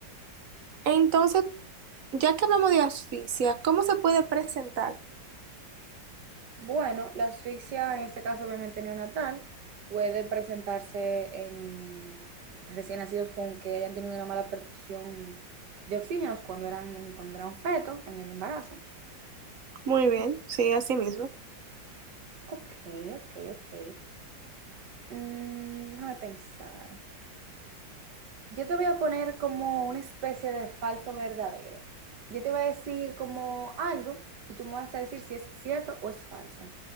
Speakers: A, on the right; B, on the right.
A: Entonces, ya que hablamos de asfixia, ¿cómo se puede presentar?
B: Bueno, la asfixia, en este caso obviamente neonatal, puede presentarse en recién nacidos con que hayan tenido una mala perfusión de oxígenos cuando eran, cuando eran fetos en el embarazo.
A: Muy bien, sí, así mismo.
B: Ok, ok, ok. Mm, déjame pensar. Yo te voy a poner como una especie de falso verdadero. Yo te voy a decir como algo y tú me vas a decir si es cierto o es falso.